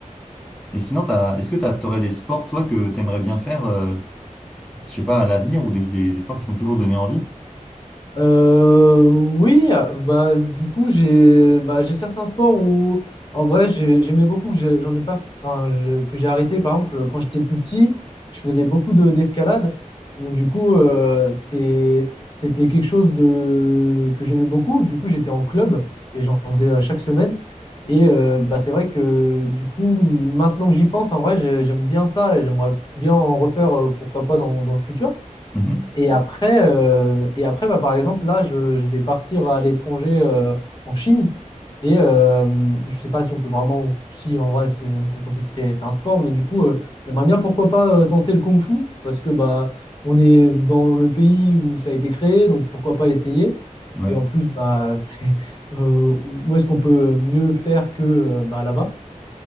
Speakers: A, in the centre; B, on the left (about 35°).
A: Et sinon, t'as, est-ce que t'as, t'aurais des sports, toi, que t'aimerais bien faire, euh, je sais pas, à l'avenir, ou des, des, des sports qui t'ont toujours donné envie?
B: Euh, oui, ah, bah du coup j'ai bah, j'ai certains sports où en vrai j'ai- j'aimais beaucoup que j'ai- j'en ai pas enfin je- que j'ai arrêté par exemple quand j'étais plus petit, je faisais beaucoup de d'escalade. Donc du coup euh, c'est c'était quelque chose de que j'aimais beaucoup. Du coup, j'étais en club et j'en faisais euh, chaque semaine et euh, bah c'est vrai que du coup maintenant que j'y pense en vrai j'ai- j'aime bien ça et j'aimerais bien en refaire euh, pourquoi pas dans dans le futur.
A: Mhm.
B: Et après, euh, et après bah, par exemple, là, je, je vais partir à l'étranger euh, en Chine. Et euh, je ne sais pas si on peut vraiment, si en vrai, c'est on- on- considère- c'est- c'est un sport, mais du coup, euh, j'aimerais bien, pourquoi pas, euh, tenter le kung-fu, parce que bah, on est dans le pays où ça a été créé, donc pourquoi pas essayer.
A: Ouais.
B: Et en plus, bah, <laughs> c'est, euh, où est-ce qu'on peut mieux le faire que euh, bah, là-bas?